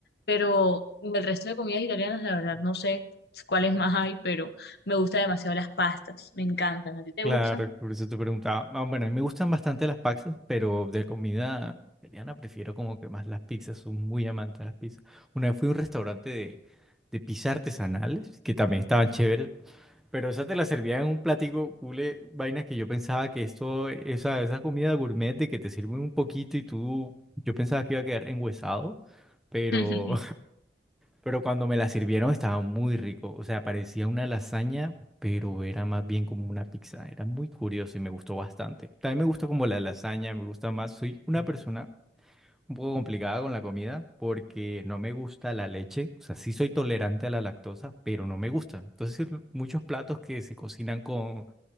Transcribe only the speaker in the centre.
Claro,
por eso te preguntaba. Ah, bueno, a mí me gustan bastante las pizzas, pero de comida italiana prefiero como que más las pizzas, soy muy amante de las pizzas. Una vez fui a un restaurante de, de pizzas artesanales, que también estaban chéveres, pero esa te la servían en un platico cule, vainas que yo pensaba que esto, esa, esa comida gourmet de que te sirven un poquito y tú, yo pensaba que iba a quedar enguesado, pero
pero cuando me la sirvieron estaba muy rico. O sea, parecía una lasaña, pero era más bien como una pizza. Era muy curioso y me gustó bastante. También me gusta como la lasaña, me gusta más. Soy una persona un poco complicada con la comida porque no me gusta la leche. O sea, sí soy tolerante a la lactosa, pero no me gusta. Entonces, muchos platos que se cocinan con